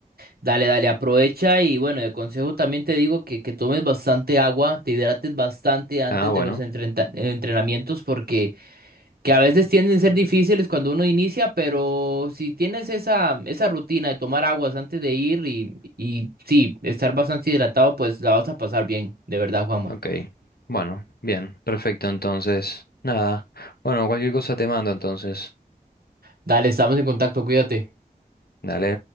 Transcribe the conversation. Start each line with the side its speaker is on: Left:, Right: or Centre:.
Right: Dale, dale, aprovecha y bueno, de consejo también te digo que, que tomes bastante agua, te hidrates bastante antes
Left: Ah, bueno,
Right: de los entreta- entrenamientos porque que a veces tienden a ser difíciles cuando uno inicia, pero si tienes esa, esa rutina de tomar aguas antes de ir y, y sí, estar bastante hidratado, pues la vas a pasar bien, de verdad, Juanma.
Left: ok. Bueno, bien, perfecto, entonces. Nada, bueno, cualquier cosa te mando entonces.
Right: Dale, estamos en contacto, cuídate.
Left: Dale.